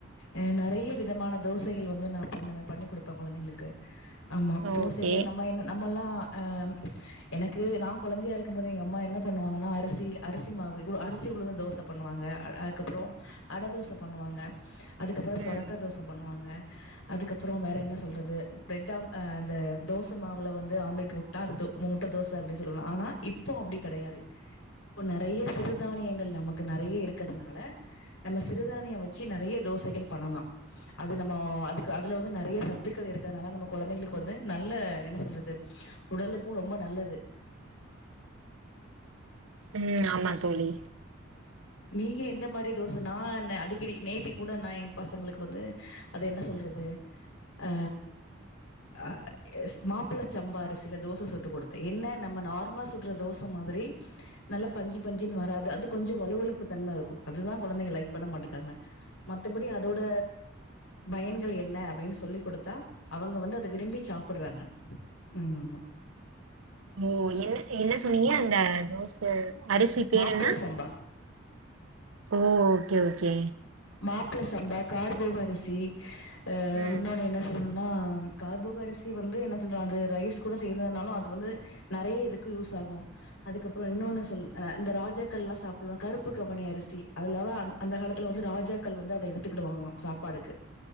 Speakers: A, on the left; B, on the right.
A: அ நறைய விதமான தோசைகள் வந்து நா பண்ணுவே பண்ணி் குடுப்பே கொழந்தைங்களுக்கு ஆமா தோசையில
B: ஓகே
A: நம்ம என்ன நம்மல்லாம் ம் அ எனக்கு நா கொழந்தையா இருக்கும் போது எங்க அம்மா என்ன பண்ணுவாங்கன்னா அரிசில அரிசி மாவு அரிசி உளுந்து தோச பண்ணுவாங்க அதுக்கப்றோ அட தோச பண்ணுவாங்க அதுக்கப்பறம் சொரக்கா
B: ம்
A: தோச பண்ணுவாங்க அதுக்கப்பறம் வேற என்ன சொல்றது பிரட் ஆம் ஆ இந்த தோசை மாவுல வந்து ஆம்லேட் ஊத் தா அது தோ முட்ட தோச அப்டி சொல்லுவோம்ல ஆனா இப்போ அப்டி கெடையாது இப்போ நறைய சிறுதானியங்கள் நமக்கு நறைய இருக்கறதுனால நம்ம சிறுதானியோ வச்சு நறைய தோசைகள் பண்ணலா அது நம்மோ அதுக்கு அதுல வந்து நறைய சத்துக்கள் இருக்கனால நம்ம கொழந்தைங்களுக்கு வந்து நல்ல என்ன சொல்றது உடலுக்கு ரொம்ப நல்லது
B: ம் ஆமா தோழி
A: நீங்க எந்த மாரி தோச நா அடிக்கடி நேத்திக் கூட நா எயா பசங்களுக்கு வந்து அது என்ன சொல்றது அ ஆ எஸ் மாப்ள சம்பா அரிசில தோச சுட்டு குடுத்தே என்ன நம்ம நார்மலா சுட்ற தோச மாதிரி நல்லா பஞ்சு பஞ்சின்னு வராது அது கொஞ்சோ வலுவலுப்பு தன்ம இருக்கு அதுதா கொழந்தைங்க லைக் பண்ண மாட்டுக்காங்க மத்தபடி அதோட பயன்கள் என்ன அப்டின் சொல்லி குடுத்தா அவங்க வந்து அத விரும்பி சாப்புட்றாங்க ஆமா ஆமா
B: ஓ என்ன என்ன சொன்னீங்க அந்த தோச அரிசி பேரு
A: மாப்பிள
B: என்னா
A: சம்பா.
B: ஓ ஓகே ஓகே
A: மாப்ள சம்பா கார்போக அரிசி அ
B: ம்
A: இன்னொன்னு என்ன சொ சொல்லணும்னா கார்போக அரிசி வந்து என்ன சொல்லற அது ரைஸ் கூட செந்துனாலும் அது வந்து நறைய இதுக்கு யூஸ் ஆகும் அதுக்கப்றோ இன்னொன்னு சொல் அ இந்த ராஜாக்கள்லா சாப்புடுவாங் கருப்பு கவனி அரிசி அதுல தா அந் அந்த காலத்துல வந்து ராஜ் ராஜாக்கள் வந்து அத எடுத்துக்கிடு வாங்கலா சாப்பாடுக்கு